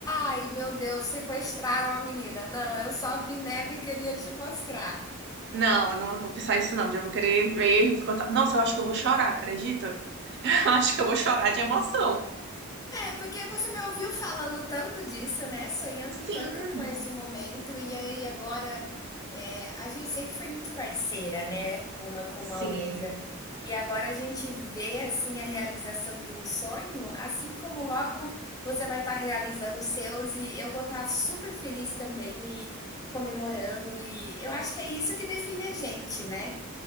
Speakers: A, on the left (about 15°); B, on the right (about 55°).
A: ai meu Deus, sequestraram a menina. Não, eu só vi neve e queria te mostrar.
B: Não, eu não vou pensar isso não, Eu vou querer ver. Ficou ta- Nossa, eu acho que eu vou chorar, acredita? <laughs> Eu Acho que eu vou chorar de emoção.
A: É, porque você me ouviu falando tanto disso, né? Sonhando
B: Sim,
A: tanto com esse momento, e aí agora é, a gente sempre foi muito parceira, né? Uma com
B: sim.
A: a outra. E agora a gente vê assim a realização de um sonho, assim como logo você vai estar realizando os seus, e eu vou estar super feliz também e comemorando. E eu acho que é isso que define a gente, né?